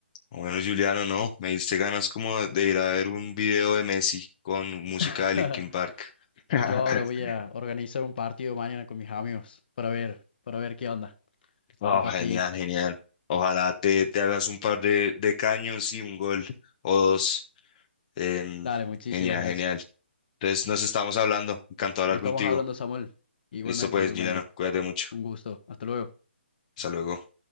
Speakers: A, on the left (about 35°); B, on the left (about 55°).
A: Bueno, Juliano, no, me diste ganas como de de ir a ver un video de Messi con música
B: <laughs>
A: de Linkin Park. <laughs>
B: Yo ahora voy a organizar un partido mañana con mis amigos para ver, para ver qué onda.
A: Oh,
B: Un partidito.
A: genial, genial. Ojalá te, te hagas un par de, de caños y un gol o dos. Em,
B: Dale, muchísimas
A: genial,
B: gracias.
A: genial. Entonces nos estamos hablando. Encantado de
B: Nos
A: hablar
B: estamos
A: contigo.
B: hablando, Samuel. Igualmente,
A: Listo pues,
B: igualmente.
A: Juliano, cuídate mucho.
B: Un gusto. Hasta luego.
A: Hasta luego.